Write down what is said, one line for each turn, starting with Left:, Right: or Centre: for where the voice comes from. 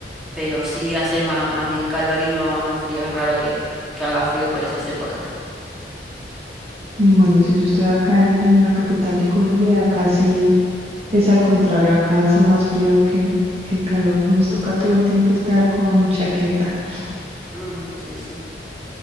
Centre: pero sí hace más, más bien calor y no, no frío, es raro que, que haga frío por esas épocas.
Right: Bueno, si yo estoy acá en, en la capital de Colombia, acá sí es al contrario, acá hace más frío que, que calor. Nos toca todo el tiempo estar con chaqueta.
Centre: Mm, sí, sí.